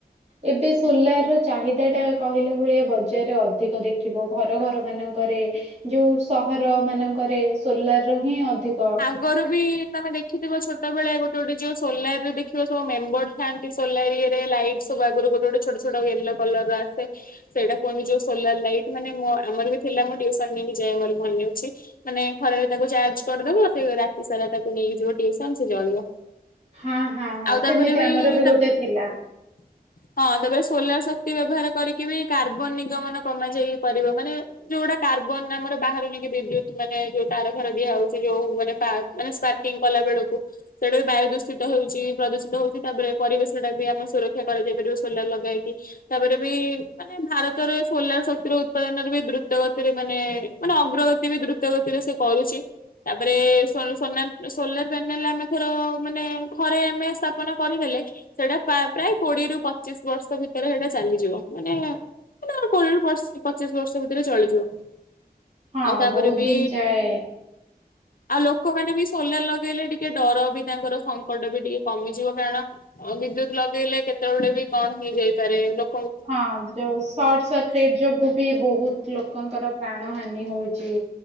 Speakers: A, on the right (about 40°); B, on the left (about 60°).
A: ଏବେ ସୋଲାର ଚାହିଦାଟା କହିଲା ଭଳିଆ ବଜାରରେ ଅଧିକ ଦେଖ ଥିବ ଘର ଘର ମାନଙ୍କରେ ଯୋଉ ସହର ମାନଙ୍କରେ ସୋଲାରହିଁ ଅଧିକ
B: ଆଗରୁବି ତମେ ଦେଖିଥିବ ଛୋଟ ବେଳେ ଗୋଟେ ଗୋଟେ ଯୋଉ ସୋଲରେ ଦେଖିବ ସବୁ ମେମ୍ବର ଥାଆ ଏଇ ସୋଲାର ଏଇରେ ଲାଇଟ୍ ସବୁ ଆଗରୁ ଗୋଟେ ଗୋଟେ ଛୋଟ ଛୋଟ ୟେଲୋ କଲରର ଆସେ ସେଇଟା କୁହନ୍ତି ଯୋଉ ସୋଲାର ଲାଇଟ୍ ମାନେ ମ ଆମରବି ଥିଲା ମୁଁ ଟିଉସନ୍ ନେଇକି ଯାଏ ମୋର ମନେ ଅଛି। ମାନେ ଖରାରେ ତାକୁ ଚାର୍ଜ କରିଦବ ସେ ରାତି ସାରା ତାକୁ ନେଇକି ଯିବ ଟିଉସନ୍ ସେ ଜଳିବ।
A: ହଁ ହଁ ହଁ
B: ଆଉ
A: ସେମିତି
B: ତାପରେ ବି
A: ଆମରବି
B: ତା
A: ଗୋଟେ ଥିଲା।
B: <inaudible> ହଁ ତାପରେ ସୋଲାର ଶକ୍ତି ବ୍ୟବହାର କରିକିବି କାର୍ବନ ନିଗମନ କମା ଯାଇପାରିବ ମାନେ ଯୋଉଡ଼ା କାର୍ବନ ଆମର ବାହାରୁନିକି ବିଦ୍ୟୁତ ନେଇକି ମାନେ ଯୋଉ ତାର ଫାର ଦିଆ ହଉ ଯୋଉ ମାନେ ସାର୍କ ମାନେ ସ୍ପାର୍କଂ କଲା ବେଳକୁ ସେଇଟାବି ବାୟୁ ଦୂଷିତ ହଉଚି ପ୍ରଦୂଷିତ ହଉଚି ତାପରେ ପରିବେଶଟାବି ଆମେ ସୁରକ୍ଷା କରାଯାଇ ପାରିବ ସୋଲାର ଲଗାହେଇକି ତାପରେବି ମାନେ ଭାରତରେ ସୋଲାର ଶକ୍ତିର ଉତ୍ପାଦନରେବି ଦ୍ରୁତ ଗତିରେ ମାନେ ମାନେ ଅଗ୍ରଗ ସେ ବି ଦ୍ରୁତଗତିରେ ସେ କରୁଚି। ତାପରେ ସୋନା ସୋଲାର ପ୍ୟାନେଲ ଆମେ ଥର ମାନେ ଥରେ ଆମେ ସ୍ଥାପନ କରିଦେଲେ ସେଇଟା ପା ପ୍ରାୟ କୋଡିଏରୁୁ ପଚିଶ ବର୍ଷ ଭିତରେ ସେଇଟା ଚାଲିଯିବ। ମାନେ ମାନେ କୋଡିଏ ରୁ ବର୍ଷ ପଚିଶ ବର୍ଷ ଭିତରେ ଚଳିଯିବ। ଆଉ
A: ହଁ
B: ତାପରେ
A: ବହୁତ
B: ବି
A: ଦିନ ଯାଏ
B: ଆଉ ଲୋକମାନେ ବି ସୋଲାର ଲଗେଇଲେ ଟିକେ ଡର ବି ତାଙ୍କର ସଙ୍କଟ ବି ଟିକେ କମିଯିବ। କାରଣ ହଁ ବିଦ୍ୟୁତ ଲଗେଇଲେ କେତେବେଳେ ବି କଣ ହେଇଯାଇପାରେ ଲୋ
A: ହଁ ଯୋଉ ସଟ୍ ସର୍କିଟ ଯୋଗୁ ବି ବହୁତ ଲୋକଙ୍କର ପ୍ରାଣ ହାନି ହଉଚି।